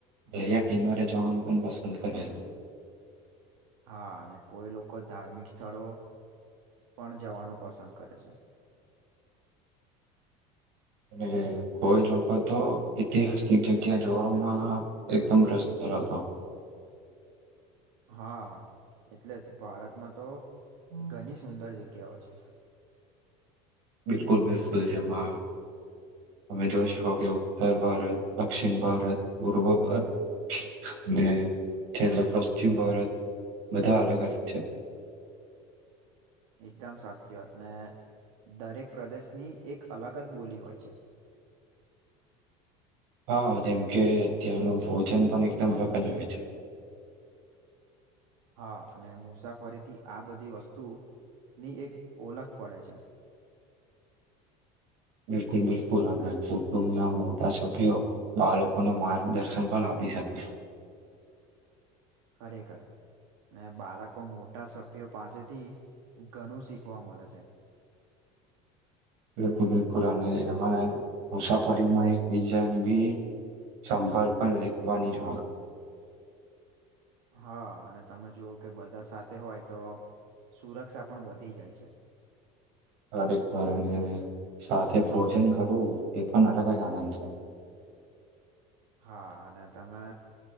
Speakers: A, on the right; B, on the right.
A: દરિયા ટિનવારે જવાનું પણ પસંદ કરે છે.
B: હા અને કોઈ લોકો ધાર્મિક સ્થળો પણ જવાનું પસંદ કરે છે
A: અને કોઈ લોકો તો ઐતિહાસિક જગ્યા જોવામાં એકદમ રસ્ <unintelligible>
B: હા એટલે જ ભારતમાં તો ઘણી સુંદર જગ્યાઓ છે.
A: બિલકુલ બિલકુલ જમા તમે જોઈ શકો કે ઉત્તર ભારત દક્ષિણ ભારત પૂર્વ ભારત ને છેલ્લા પશ્ચિમ ભારત બધા અલગ અલગ છે,
B: એકદમ સાચી વાત ને દરેક પ્રદેશની એક અલગ જ બોલી હોય છે,
A: હા જેમ કે ત્યાંનું ભોજન પણ એકદમ અલગ જ હોય છે,
B: હા, અને મુસાફરીથી આ બધી વસ્તુ ની એક ઓળખ પડે છે,
A: બિલકુલ બિલકુલ અને કુટુંબ ના મોટા સભ્યો બાળકોને માર્ગદર્શન પણ આપી શકે,
B: ખરેખર ને બાળકો મોટા સભ્યો પાસેથી ઘણું શીખવા મળે છે, <unintelligible>
A: એ મુસાફરીમાં એક બીજાની બી સંભાળ પણ લેવાની જ
B: હા, અને તમે જોુવઓ કે બધા સાથે હોય તો સુરક્ષા પણ વધી જાય છે,
A: ખરેખર અને સાથે ભોજન કરવું એ પણ અલગ જ આનંદ છે,
B: હા, અને તમે